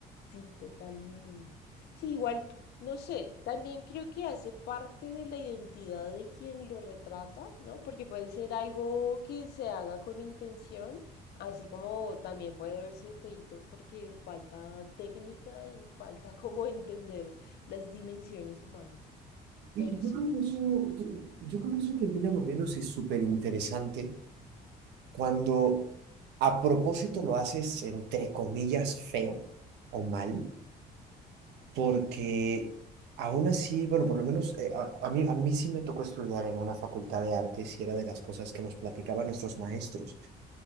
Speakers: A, on the left; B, on the right.
A: Sí, totalmente. Sí, igual, no sé, también creo que hace parte de la identidad de quien lo retrata, ¿no? Porque puede ser algo que se haga con intención, así como también puede verse feíto porque falta técnica y falta <laughs> como entender las dimensiones humanas.
B: Y
A: Pero
B: que yo
A: sí.
B: creo que eso, yo, yo creo que eso termina volviéndose súper interesante cuando a propósito lo haces entre comillas feo o mal, porque aún así, bueno, por lo menos eh, a, a mí, a mí sí me tocó estudiar en una facultad de artes y era de las cosas que nos platicaban nuestros maestros.